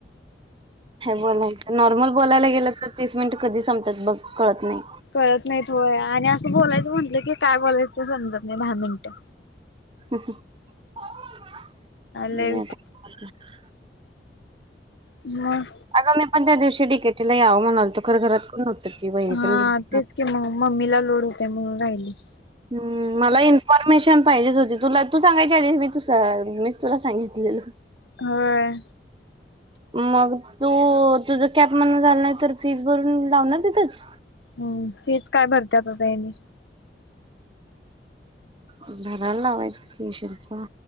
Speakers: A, on the right (about 30°); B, on the left (about 80°).
A: बोला ना नॉर्मल बोलायला गेलं तर तीस मिनिट कधी संपतात बघ कळत नाही.
B: कळत नाही व्हय आणि असं बोलायचं म्हंटलं की काय बोलायचं समजत नाही दहा मिनटं.
A: ह ह <unintelligible> <unintelligible>
B: लय म <unintelligible>
A: अगं मी पण त्या दिवशी डि के टी ला यावं म्हणालतो खरं घरात कोण नव्हतं. की वहिनी
B: हा
A: पण गेलती
B: तेच की म मम्मीला लोड होतयं म्हणून, राहिलीस.
A: हुं मला इन्फॉर्मेशन पाहिजेच होती. तुला तू सांगायच्या आधीच मी तु सा मीच तुला सांगितलेल
B: होय.
A: मग तू तुझ कॅप मधन झाला नाही, तर फीस भरून लावणार तिथेच.
B: हो तेच काय? भरत्यात आता हेणी
A: भरायला लावायचं कि शिल्पा